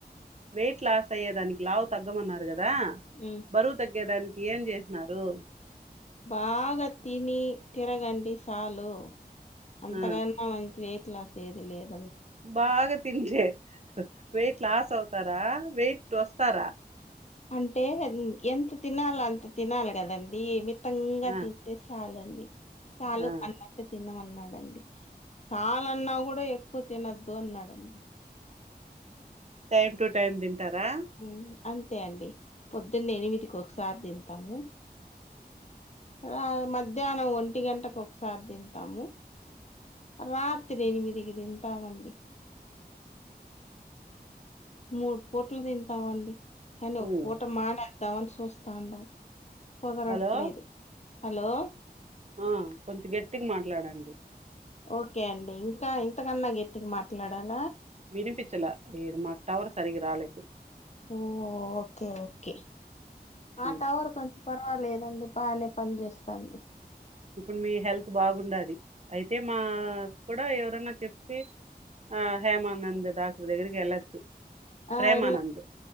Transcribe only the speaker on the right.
వెయిట్ లాస్ అయ్యేదానికి లావు తగ్గమన్నారు. కదా
బరువు తగ్గేదానికి ఏం చేస్త న్నారు.
ఆ
బాగా తింటే వయిట్ లాస్ అవుతారా వెయిట్ టస్తారా
ఆ
ఆ
టైమ్ టూ టైమ్ ద ఇంటారా
ఉమ్
హలో
ఆ కొంచెం గెట్ ఇటికి మాట్లాడండి
వినిపించలే ఏం మాట టవర్ సరిగ రాాలేదు
ఉమ్,
ఇప్పుడు మీ హెల్త్ బాగుండది అయితే మా కూడాడ ఎవరన్నా చెప్పి ఆ హేమానంద దా ఇప్పుడు దగ్గరికి వెళ్ళొచ్చు
ప్రేమానంద్